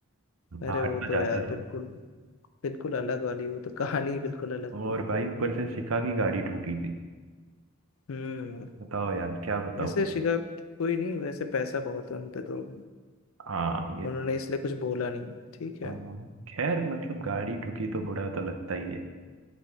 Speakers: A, on the left; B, on the right.
A: अरे
B: हार
A: वो
B: तो जाता
A: तो यार
B: था
A: बिल्कुल बिल्कुल अलग वाली वो तो कहानी बिल्कुल अलग थी
B: और भाई ऊपर से शिखा की गाड़ी ठोकी थी
A: हम्म
B: बताओ यार क्या बताओ
A: वैसे शिखा कोई नहीं वैसे पैसा बहुत है उन पे तो
B: हाँ ये
A: उन्होंने इसलिए कुछ बोला नहीं ठीक है
B: हाँ, खैर मतलब गाड़ी ठुकी तो बुरा तो लगता ही है